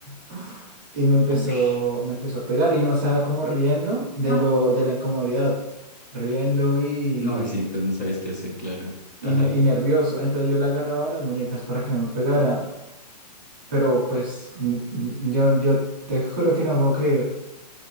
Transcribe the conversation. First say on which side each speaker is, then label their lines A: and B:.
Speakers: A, on the right; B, on the left.
A: <laughs> y me empezó,
B: Ush.
A: me empezó a pegar y yo me estaba como riendo de
B: Ah.
A: lo, de la incomodidad, riendo y
B: No, sí, pues no sabías qué hacer, claro.
A: y,
B: Ajá.
A: ne- y nervioso. Entonces yo le agarraba las muñecas para que no me pegara. Pero pues mm, mm, yo, yo te juro que no puedo creer